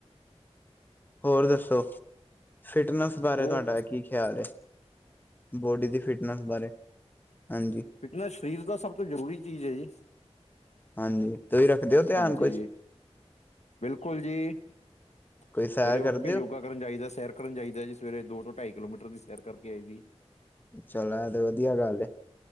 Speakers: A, on the left; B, on the left.
A: ਹੋਰ ਦੱਸੋ ਫਿਟਨੈਸ ਬਾਰੇ
B: ਹੋਰ
A: ਤੁਹਾਡਾ ਕੀ ਖਿਆਲ ਏ। ਬੋਡੀ ਦੀ ਫਿਟਨੈਸ ਬਾਰੇ ਹਾਂਜੀ।
B: ਫਿਟਨਸ ਸਰੀਰ ਦਾ ਸਭ ਤੋਂ ਜ਼ਰੂਰੀ ਚੀਜ਼ ਹੈ ਜੀ।
A: ਹਾਂਜੀ ਤੁਸੀਂ ਰੱਖਦੇ ਓ ਧਿਆਨ
B: ਹਾਂਜੀ
A: ਕੁਛ
B: ਬਿਲਕੁਲ ਜੀ ਸਵੇਰੇ
A: ਕੋਈ ਸੈਰ
B: ਉੱਠ
A: ਕਰਦੇ
B: ਕੇ ਯੋਗਾ।
A: ਹੋ?
B: ਕਰਨ ਜਾਈਦਾ ਸੈਰ ਕਰਨ ਜਾਈਦਾ ਜੀ ਸਵੇਰੇ ਦੋ ਤੋਂ ਢਾਈ ਕਿਲੋਮੀਟਰ ਦੀ ਸੈਰ ਕਰਕੇ ਆਈ ਵੀ
A: ਚਲੋ ਇਹ ਤੇ ਵਧੀਆ ਗੱਲ ਏ